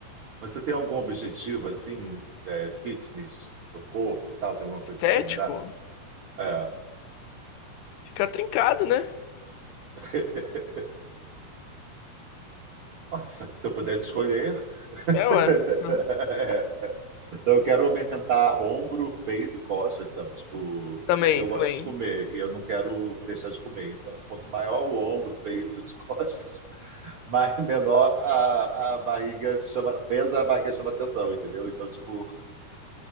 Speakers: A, on the right (about 75°); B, on the left (about 80°).
A: Mas você tem algum objetivo assim, é, fitness, do seu corpo e tal? Tem alguma coisa
B: estético,
A: que você quer mudar? É.
B: fica trincado, né?
A: <laughs> Nossa, se eu puder escolher. <laughs>
B: É, ué. Sim.
A: Então, eu quero aumentar ombro, peito, costas, sabe? Tipo,
B: Também,
A: porque eu gosto
B: também.
A: de comer e eu não quero deixar de comer. Então, assim, quanto maior o ombro, peito, e costas, <laughs> mais menor a, a barriga chama, menos a barriga chama atenção, entendeu? Então, tipo,